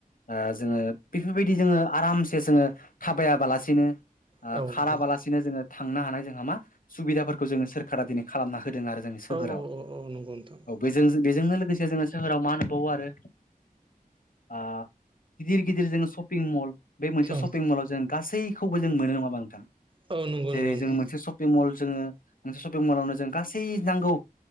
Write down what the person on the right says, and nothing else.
औ नोंथां
औ औ औ नंगौ नोंथां
औ
औ नंगौ
नंगौ नोंथां